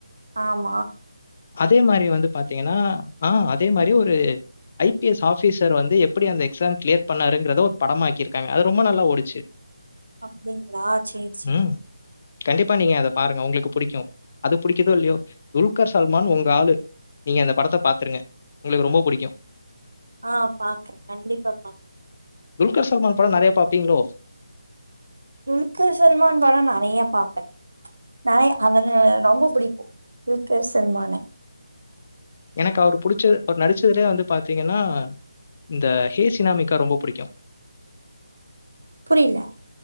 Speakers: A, on the right; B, on the left.
A: ஆம்
B: அதே மாறி வந்து பாத்தீங்கன்னா ஆ அதே மாறி ஒரு ஐ பிஎஸ் ஆஃபிசர் வந்து எப்படி அந்த எக்ஸாம் கிளியர் பண்ணாருங்கிறத ஒரு படமாக்கியிருக்காங்க அது ரொம்ப நல்லா ஓடிச்சு
A: அப்படிங்களா சேரி சேரி
B: ம். கண்டிப்பா நீங்க அத பாருங்க உங்களுக்கு புடிக்கு அது புடிக்குதோ இல்லையோ உல்கார் சல்மான் உங்க ஆளு நீங்க அந்த படத்த பாத்துருங்க உங்களுக்கு ரொம்ப பிடிக்கு
A: ஆ பாக்றே கண்டிப்பா பாக்
B: உல்கார் சல்மான் படோ நெறைய பாப்பீங்ளோ
A: உல்கார் சல்மான் படோ நெறைய பாப்பே நா அவன ரொம்ப பிடிக்கு உல்கார் சல்மான
B: எனக்கு அவரு புடிச்சு அவர் நடிச்சதுலே வந்து பாத்தீங்கனா இந்த ஹே சினாமிக்கா ரொம்ப பிடிக்கு
A: புரியல